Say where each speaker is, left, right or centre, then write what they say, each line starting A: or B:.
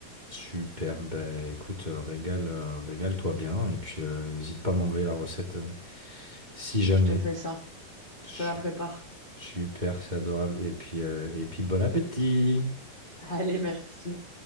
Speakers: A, on the right; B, on the left.
A: Super. ben écoute, euh, régale, euh, régale-toi bien. Et puis, euh, n'hésite pas à m'envoyer la recette euh, si jamais.
B: Je te fais ça.
A: Super.
B: Je te la prépare.
A: Super, c'est adorable. Et puis, euh, et puis bon appétit.
B: Allez, merci.